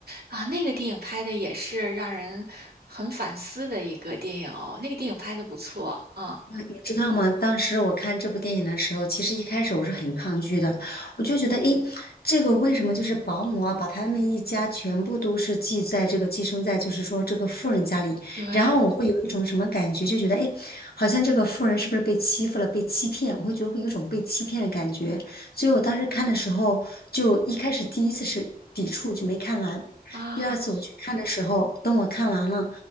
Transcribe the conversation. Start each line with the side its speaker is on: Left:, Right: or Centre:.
Right: 啊，那个电影拍的也是让人很反思的一个电影哦，那个电影拍的不错啊，
Left: 你知道吗？当时我看这部电影的时候，其实一开始我是很抗拒的，我就觉得，诶，这个为什么就是保姆啊，把他们一家全部都是寄在这个寄生在，就是说这个富人家里，
Right: 对
Left: 然后我会有一种什么感觉，就觉得，诶，好像这个富人是不是被欺负了，被欺骗？我会觉得会有一种被欺骗的感觉，所以我当时看的时候，就一开始第一次是抵触，就没看完。
Right: 啊，
Left: 第二次我去看的时候，等我看完了，